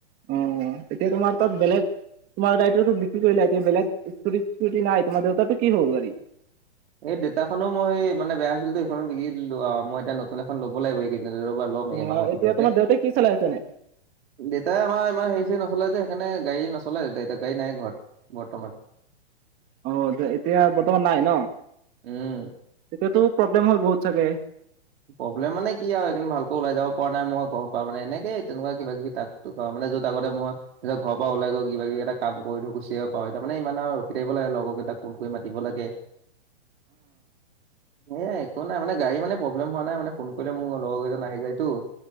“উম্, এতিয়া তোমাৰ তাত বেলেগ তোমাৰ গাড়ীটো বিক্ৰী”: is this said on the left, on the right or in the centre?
Right